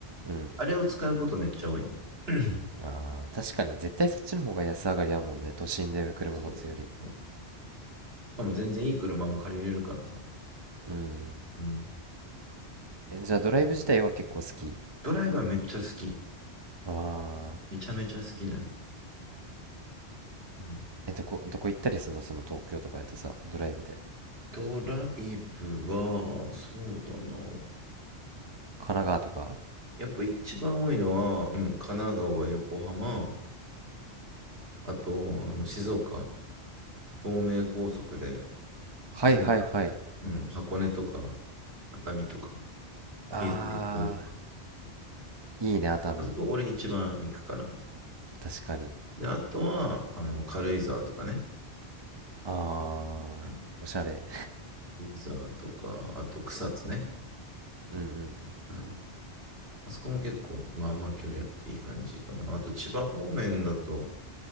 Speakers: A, on the right; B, on the right.
A: うん、うん。
B: あれを使うことめっちゃ多いね。<clears throat>
A: あー確かに絶対そっちの方が安上がりやもんね都心で車持つより
B: そうそうしかも全然いい車も借りれるからさ。
A: うん
B: うん。
A: えじゃあドライブ自体は結構好き
B: ドライブはめっちゃ好き。
A: ああ
B: めちゃめちゃ好きだね。うん。
A: ーえどこどこ行ったりするのその東京とかやとさドライブで
B: ドライブは、そうだな。
A: 神奈川とか
B: やっぱ一番多いのは、うん、神奈川、横浜、あと、あの、静岡、東名高速で、静岡の、
A: はいはいはい
B: うん、箱根とか、熱海とか、
A: あ
B: 伊豆行とか、
A: ーいいね熱海
B: あそこ俺一番行くかな。
A: 確かに
B: で、あとは、あの、軽井沢とかね。
A: あ
B: うん。
A: ーおしゃれ
B: 軽井沢とか、あと草津ね。
A: うん
B: うん。あそこも結構、まあまあ距離あっていい感じかな。あと千葉方面だと、